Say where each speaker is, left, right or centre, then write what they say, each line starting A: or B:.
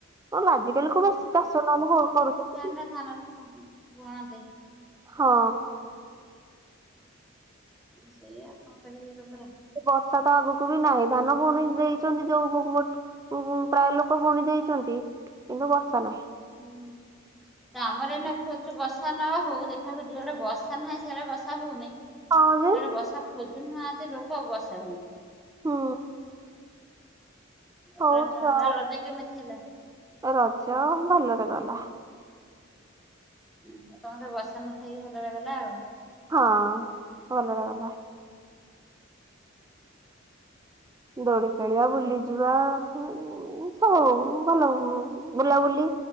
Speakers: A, on the right (about 15°); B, in the centre.
A: ଆଜିକାଲି କୁ ବେଶୀ ଚାଷ ନହେଲେ ହଉ କରୁଛନ୍ତି କି।
B: ନା ଖାଆନା ଝୁଣା ଦେ
A: ହଁ।
B: ସେଇଆ କଣ କରିବେ ଏ ଲୋକ ରା।
A: ବର୍ଷା ତ ଆଗକୁ ବି ନାହିଁ ଧାନ ପୁଣି ଦେଇଛନ୍ତି ଯୋଉ ଗୋ ଗୋଟେ ହୁଁ ହୁଁ ପ୍ରାୟ ଲୋକ ବୁଣି ଦେଇଛନ୍ତି କିନ୍ତୁ ବର୍ଷା ନାହିଁ।
B: ହୁଁ। ତ ଆମର ଏନା ଖୋଜୁଛୁ ବର୍ଷା ନ ହଉ ଦେଖିଆକୁ ଯୋଉଡେ ବର୍ଷା ନାହିଁ ସେଇଆଡେ ବର୍ଷା ହଉନେଇ।
A: ହଁ ଯେ
B: ଜଉଆଡେ ବର୍ଷା ଖୋଜୁ ନାହାନ୍ତି ଲୋକ ବର୍ଷା ହଉଚି।
A: ହୁଁ। ହଉଛଉ
B: ପୁରା ପୁରା ରଜ କେମିତି ହେଲା
A: ରଜ ଭଲରେ ଗଲା।
B: ତମର ତ ବର୍ଷା ନଥାଇକି ଭଲରେ ହେଲା ଆଉ।
A: ହଁ ଭଲରେ ଗଲା। ଦୋଳି ଖେଳିବା ବୁଲି ଯିବା ହୋଉ ଭଲ ବୁଲାବୁଲି